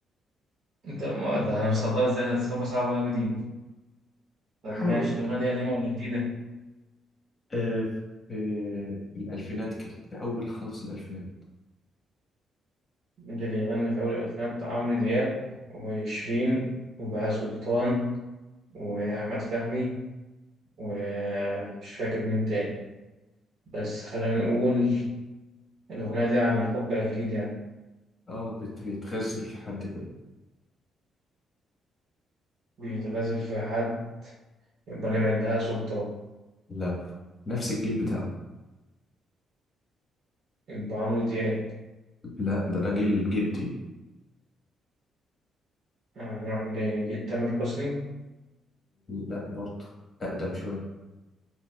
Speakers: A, on the right; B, on the left.
A: أنت ما- ده أنا مصدقها إزاي ده صعبة صعبة أوي دي طب
B: حاول
A: ماشي الأغنية دي قديمة ولا جديدة؟
B: أه في الألفينات كده في أول خالص الألفينات
A: اللي بيغني في أول الألفينات عمرو دياب وشيرين وبهاء سلطان وأحمد فهمي ومش فاكر مين تاني بس خلينا نقول الأغنية دي عن الحب أكيد يعني
B: اه بت- بيتغزل في حد كده
A: بيتغزل في حد يبقى نعمل عندها سلطان
B: لا نفس الجيل بتاعه
A: يبقى عمرو دياب
B: لا ده ده جيل جدي
A: هنروح لتامر حسني
B: لا برضه أقدم شوية